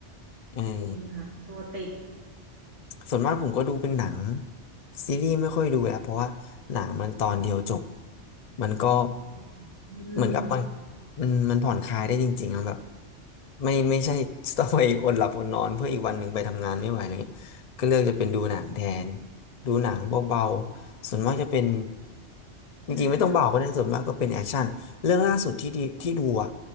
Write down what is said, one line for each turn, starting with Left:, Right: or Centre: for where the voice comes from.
Left: อืม
Right: จริงค่ะกลัวติด
Left: ส่วนมากผมก็ดูเป็นหนังซีรีส์ไม่ค่อยดูแล้วเพราะว่าหนังมันตอนเดียวจบมันก็
Right: อืมอืม
Left: เหมือนกับมันมันมันผ่อนคลายได้จริงๆอะแบบไม่ไม่ใช่ต้องไปอดหลับอดนอนเพื่ออีกวันหนึ่งไปทำงานไม่ไหวอะไรเงี้ยก็เลือกจะเป็นดูหนังแทนดูหนังเบาๆส่วนมากจะเป็น
Right: ใช่ค่ะ
Left: จริงๆไม่ต้องเบาก็ได้ส่วนมากก็เป็นแอคชั่นเรื่องล่าสุดที่ดีที่ดูอ่ะ